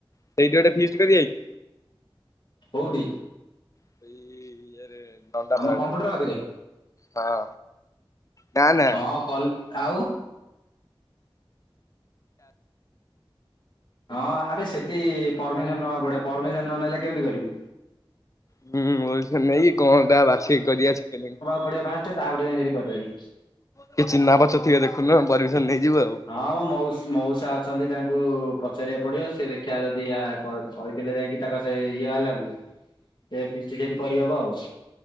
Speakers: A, on the left; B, on the left.
A: ସେଇଠି ଗୋଟେ ଫୀଷ୍ଟ୍ କରିବା କି?
B: କୋଉଠି?
A: ସେଇ ଇଏରେ ନଣ୍ଡା
B: ଆମ
A: ପାହାଡରେ
B: କମ୍ପ୍ୟୁଟର ପାଖରେ
A: ହଁ। ନା ନା
B: ହଁ କଲ୍ ଆଉ। ହଁ ଆବେ ସେଠି ପରମିସନ୍ ନବା ପଡିବ ପରମିସନ୍ ନ ନେଲେ କେମିତି କରିବୁ।
A: ହୁଁ ପର୍ମିସନ୍ ନେଇକି କଣଟା ବାଛିକୁ କରିବା ଚିକେନ।
B: ପଡ଼ିଆ ଫାଷ୍ଟରେ ତାପରେ ଯାଇ ସେଠି କରିବା ଫିଷ୍ଟ।
A: କିଏ ଚିହ୍ନା ପରିଚୟ ଥିବେ ଦେଖୁନୁ ପରମିସନ ନେଇଯିବୁ ଆଉ।
B: ହଁ ମୋ ମଉସ୍ ମଉସା ଅଛନ୍ତି ତାଙ୍କୁ ପଚାରିବାକୁ ପଡିବ ସେ ଦେଖିବା ଯଦି ୟା କ କହିଦେଲେ ଯାଇକି ତାଙ୍କ ସେ ଇଏ ବାଲାଙ୍କୁ ସେ ଫିଷ୍ଟ୍ ସେଠି କରିହବ ଆଉ।